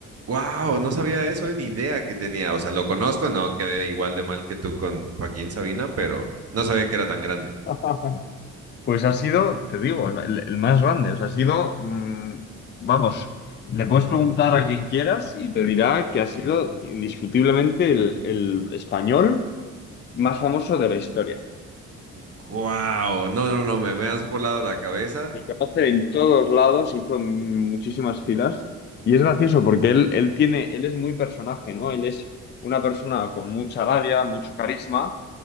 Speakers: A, on the right (about 35°); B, on the left (about 30°).
A: Wow, no sabía eso, eh, ni idea que tenía. O sea, lo conozco, no quedé igual de mal que tú con Joaquín Sabina, pero no sabía que era tan grande.
B: <laughs> Pues ha sido, te digo, el, el más grande. O sea, ha sido, mm, vamos, le puedes preguntar a quien quieras y te dirá que ha sido indiscutiblemente el, el español más famoso de la historia.
A: Wow, no, no, no, me, me has volado la cabeza.
B: Le conocen en todos lados, hizo muchísimas giras. Y es gracioso porque él, él tiene, él es muy personaje, ¿no? Él es una persona con mucha labia, mucho carisma.